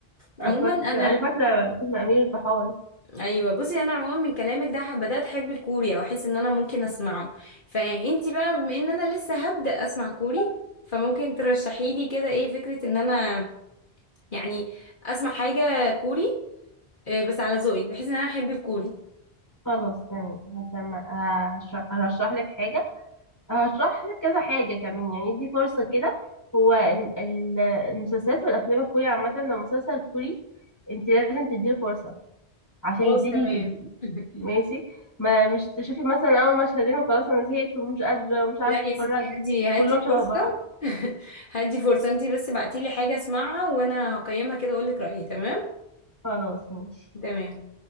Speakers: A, on the left; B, on the left.
A: عموما
B: فاكر
A: انا
B: انا فاكرة فيلم امير البحار
A: ايوه بصي انا عموما من كلامك ده ح- بدات احب الكوري او احس ان انا ممكن اسمعه فانتي بقى بما ان انا لسه هبدا اسمع كوري فممكن ترشحي لي كده ايه فكره ان انا يعني اسمع حاجه كوري آه، بس على ذوقك بحيث ان انا احب الكوري
B: خلاص تمام هسمع هشرح هرشح لك حاجة هشرح لك كذا حاجة كمان يعني ادي فرصة كده هو ال- ال- المسلسلات والافلام الكوري عامة لو مسلسل كوري انت لازم تديله فرصة عشان
A: خلاص
B: يبتدي
A: تمام
B: يبان
A: <laughs>
B: ماشي ما مش تشوفي مثلا اول مشهدين وخلاص انا زهقت ومش قادرة ومش عارفة
A: لا يا
B: اتفرج
A: ستي هدي هدي
B: كلهم شبه
A: فرصة
B: بعض
A: <laughs> هدي فرصة انتي بس بعتيلي حاجة اسمعها وانا هقيمها كده واقولك رأيي تمام
B: خلاص ماشي
A: تمام